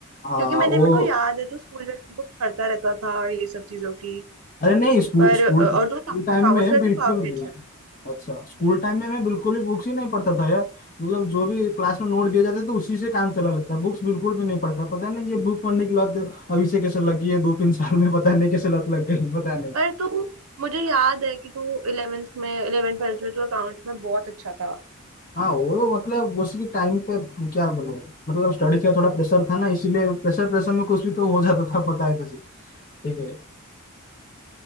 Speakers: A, on the left; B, on the right.
A: हाँ
B: क्योंकि मैंने
A: वो
B: मेरे को याद है तो स्कूल में भी बुक पढ़ता रहता था ये सब चीजों की
A: अरे नहीं स्कूल
B: पर
A: स्कूल
B: अ,
A: तो,
B: और तू
A: स्कूल
B: अकाउंट्स
A: टाइम में
B: में
A: बिल्कुल
B: भी काफी
A: भी
B: अच्छा था
A: अच्छा स्कूल टाइम में मैं बिल्कुल भी बुक्स ही नहीं पढ़ता था यार मतलब जो भी क्लास में नोट दिए जाते तो उसी से काम चला लेता बुक्स बिल्कुल भी नहीं पढ़ता पता नहीं ये बुक पढ़ने की लत अभी से कैसे लगी है दो तीन साल में पता नहीं कैसे लत लग गई पता नहीं।
B: पर तू मुझे याद है कि तू इलेवेंथ में इलेवेंथ ट्वेल्थ में तू अकाउंट्स में बहुत अच्छा था
A: हाँ वो मतलब उसकी टाइम पे क्या बोलो मतलब स्टडी का थोड़ा प्रेशर था ना इसीलिए प्रेशर प्रेशर में कुछ भी तो हो जाता था पता है तुझे ठीक है